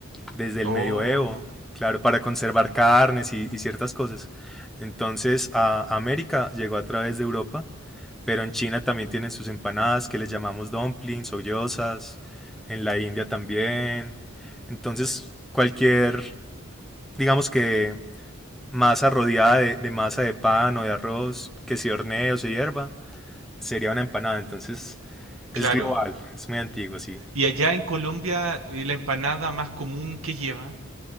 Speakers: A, in the centre; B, on the right.
A: desde el
B: Oh,
A: medioevo, claro, para conservar carnes y, y ciertas cosas. Entonces a América llegó a través de Europa, pero en China también tienen sus empanadas que les llamamos dumplings o gyozas, en la India también. Entonces cualquier, digamos que masa rodeada de, de masa de pan o de arroz que se hornee o se hierva, sería una empanada. Entonces
B: claro.
A: es global, es muy antiguo, sí.
B: Y allá en Colombia, eh, la empanada más común que lleva.